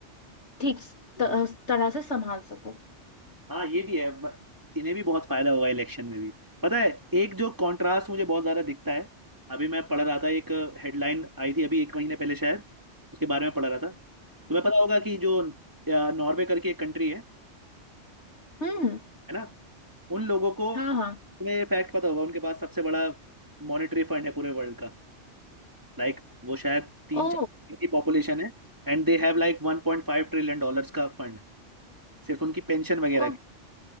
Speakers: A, on the left; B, on the right.
A: ठीक स-
B: हम्म,
A: त- तरह से संभाल सकूं
B: हाँ ये भी है ब- इन्हें भी बहुत फायदा होगा इलेक्शन में भी पता है एक जो कंट्रास्ट मुझे बहुत ज्यादा दिखता है अभी मैं पढ़ रहा था एक हेडलाइन आई थी अभी एक महीने पहले शायद उसके बारे में पढ़ रहा था तुम्हें पता होगा कि जो अ, नॉर्वे करके एक कंट्री है
A: हम्म
B: है ना उन लोगों को
A: हाँ
B: तुम्हें
A: हाँ
B: ये फैक्ट पता होगा उनके पास सबसे बड़ा मॉनेटरी फंड है पूरे वर्ल्ड का लाइक वो शायद तीन
A: ओ
B: चार की पॉपुलेशन है and they have like one point five trillion dollars का फंड सिर्फ उनकी पेंशन वगैरह
A: ओ
B: की